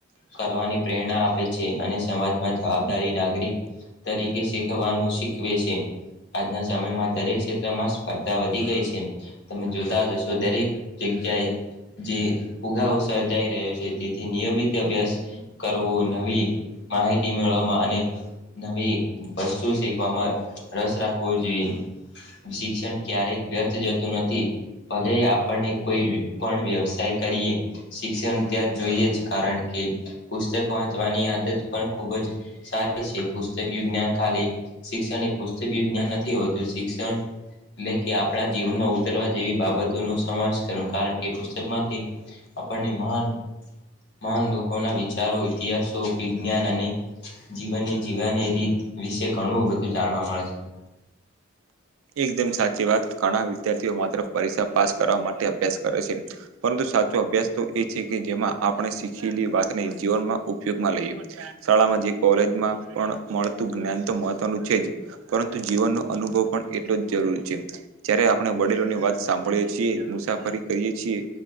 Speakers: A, on the left; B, on the right.
A: કરવાની. પ્રેરણા આપે છે અને સમાજમાં જવાબદારી નાગરિક તરીકે શીખવાનું. કેવે છે. આજના સમયમાં દરેક ક્ષેત્રમાં સ્પર્ધા વધી ગઈ છે તમે જોતા જશો દરેક જગ્યા. જે ઉુગાો સર્જાઈ રહ્યો છે તેથી નિયમિત અભ્યાસ. કરવું નવી માહિતી મેળવામાં અને નવી. વસ્તુ શેખવામાં રસ રાખવો જોઈએ. શિક્ષણ ક્યારેક વ્યર્થ જતું નથી. ભલે આપણને કોઈ પણ વ્યવસાય કરીએ શિક્ષણ ત્યાં જોઈએ જ કારણ કે. ચવાની આદત પણ ખુબ સ છેુસ્ વિ્ઞાન ખાલી શિક્ષણ પુસ્ત. ્ઞ નથી હોતું શિક્ષણ એટલે કે આપણા જીવનમાં ઉતરવા જેવી બાબતો ન સમ. કારણ કે પુસ્તક માંથી આપણને મહાન લોકો. વિચારો ઇતિહાસો વિજ્ઞાન અને જીવન જીવની રીત વિશે ઘણું બધું જાણ. જોવા મળે છે.
B: એકદમ સાચી. વાત ઘણા વિદ્યાર્થીઓ માત્ર પરીક્ષા પાસ કરવા માટે અભ્યાસ કરે છે પરંતુ સાચો અભ્યાસ તો એ છે કે. જેમાં આપણે શીખેલી વાત. જીવનમાં ઉપયોગમાં લઈએ શાળામાં જે કોલેજમાં પણ મળતું જ્ઞાન તો મહ. છે પરંતુ જીવનનો અનુભવ પણ એટલો જરૂરી છે જયારે આપણે વડીલોની વાત સાભ. એ મુસાફરી કરીએ છીએ